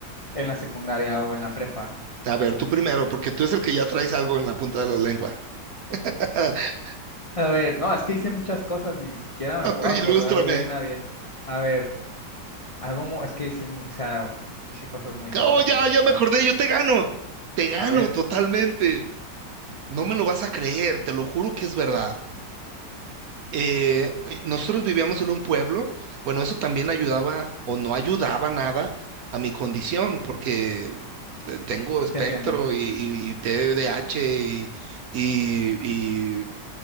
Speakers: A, on the left; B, on the right.
A: en la secundaria o en la prepa.
B: A ver, tú primero, porque tú es el que ya traes algo en la punta de la lengua. <laughs>
A: A ver, no, es que hice muchas cosas, ni siquiera me puedo
B: Ah,
A: acordar
B: ilústrame.
A: de una bien. A ver, algo, mu- es que hice, mu- o sea, hice cosas muy tontas
B: Oh, ya,
A: en la escuela.
B: ya me acordé, yo te gano. Te gano
A: A ver,
B: totalmente. No me lo vas a creer, te lo juro que es verdad. Eh, nosotros vivíamos en un pueblo, bueno, eso también ayudaba o no ayudaba nada a mi condición, porque eh, tengo espectro
A: te entiendo.
B: y, y, y TDAH y, y,